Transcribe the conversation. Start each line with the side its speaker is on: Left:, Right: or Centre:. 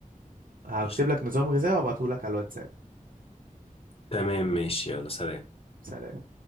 Right: هكتب
Left: قشطة
Right: لك نظام غذائي وابعته لك على الواتساب
Left: تمام ماشي يلا سلام
Right: سلام